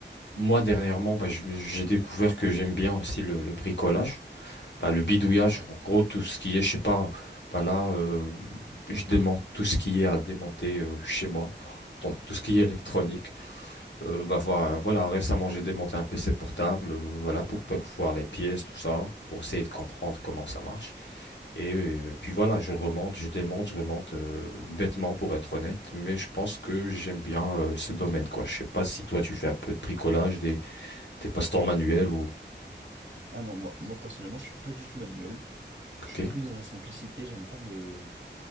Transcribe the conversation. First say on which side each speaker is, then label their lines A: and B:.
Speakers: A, on the left; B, on the right.
A: moi, dernièrement, bah, je- j'ai découvert que j'aime bien aussi le, le bricolage. Bah, le bidouillage,
B: Ouais.
A: en gros, tout ce qui est, je sais pas, bah là, euh, je démonte tout ce qui est à démonter euh, chez moi, donc tout ce qui est électronique. Euh, bah voi- voilà, récemment, j'ai démonté un PC portable, euh, voilà, pour pe- voir les pièces, tout ça, pour essayer de comprendre comment ça marche. Et euh, puis voilà, je remonte, je démonte, je remonte euh, bêtement, pour être honnête, mais je pense que j'aime bien euh, ce domaine, quoi. Je sais pas si toi, tu fais un peu de bricolage, des, des passe-temps manuels ou...
B: Ah non, moi, moi, personnellement, je suis pas du tout manuel.
A: Ok,
B: Je suis plus dans la simplicité. J'aime pas me